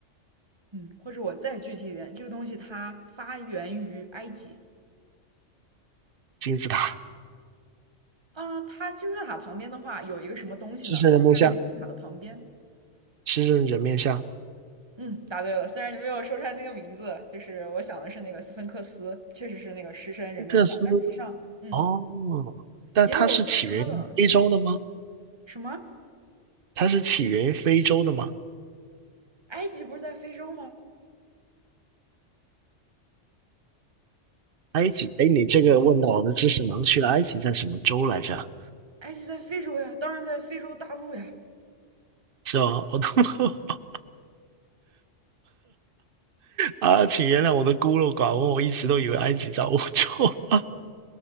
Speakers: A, on the right; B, on the right.
A: 嗯，或者我再具体一点，这个东西它发源于埃及
B: 金字塔。
A: 啊，它金字塔旁边的话有一个什么东西呢？
B: 狮身人面像，
A: 它在那个金字塔的旁边。
B: 狮身人面像，
A: 嗯，答对了，虽然你没有说出来那个名字，就是我想的是那个斯芬克斯，确实是那个狮身人面像，
B: 这斯
A: 但其实上，嗯，
B: 哦，但它是起源于非洲的吗？
A: 也有其他的什么？
B: 它是起源于非洲的吗？
A: 埃及不是在非洲吗？
B: 埃及？哎，你这个问到我的知识盲区了。埃及在什么州来着？
A: 埃及在非洲呀，当然在非洲大陆呀。
B: 是吧？我都 <laughs> 啊，请原谅我的孤陋寡闻，我一直都以为埃及在欧洲，<laughs>